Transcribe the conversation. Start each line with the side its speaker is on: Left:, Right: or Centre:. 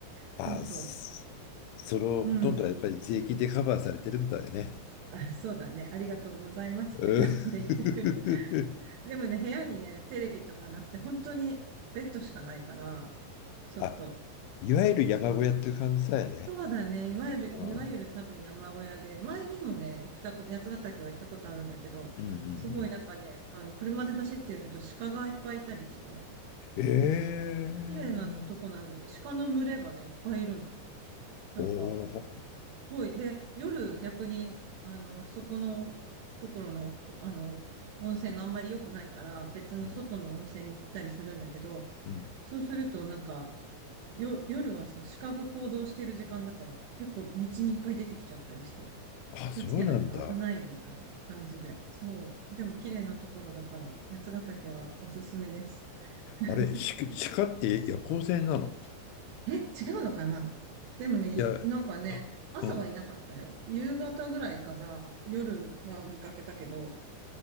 Right: そうそ
Left: まあ、それをほとんどはやっぱり税金でカバーされてるんだよね。
Right: う。うん。あ、そうだね。ありがとうございますって感じで言ってくる
Left: うん
Right: でもね、部屋にね、テレビとかなくて、本当にベッドしかないから、
Left: <laughs>
Right: ちょっと、
Left: あ、いわゆる山小屋っていう感じだよね。
Right: そう。そうだね。いわゆる、
Left: うん。
Right: いわゆる多分山小屋で、前にもね、行ったこ、八ヶ岳は行ったことあるんだけど、
Left: うんう
Right: すごいなんかね、
Left: ん
Right: あの、車で走ってると鹿がいっぱいいたりして、
Left: うん。
Right: なんかすっごい綺麗なとこなんだよね。
Left: ええ
Right: 鹿の群れがね、いっぱいいるの。なんか、
Left: おお。
Right: すごい。で、夜逆に、あの、そこのところの、あの、温泉があんまり良くないから、別の外の温泉に行ったりするんだけど、
Left: うんうん。
Right: そうすると、なんか、よ、夜はさ、鹿が行動してる時間だから、結構道にいっぱい出てきちゃったりして、
Left: あ、
Right: 気をつけないと危ないみたいな感じで。
Left: そうなんだ。
Right: そう。でも綺麗なところだから、八ヶ岳はおすすめです。<laughs>
Left: あれ、し鹿って夜行性なの
Right: え、違うのかなでもね、
Left: いや、
Right: いなんかね、
Left: あうん。
Right: 朝はいなかったよ。夕方ぐらいから夜は見かけたけど、